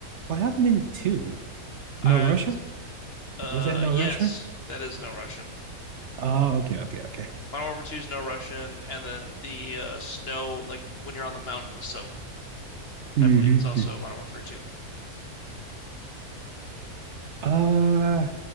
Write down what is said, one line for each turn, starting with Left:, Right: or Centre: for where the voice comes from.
Right: What happened in 2?
Left: I
Right: No Russia?
Left: Uh,
Right: Was that No
Left: yes,
Right: Russia?
Left: that is no Russian.
Right: Oh, okay, okay, okay.
Left: Modern Warfare 2 is no Russian, and then the uh, snow, like when you're on the mountain with soap,
Right: Mm-hmm.
Left: I believe, is also
Right: hmm.
Left: Modern Warfare 2.
Right: Uh,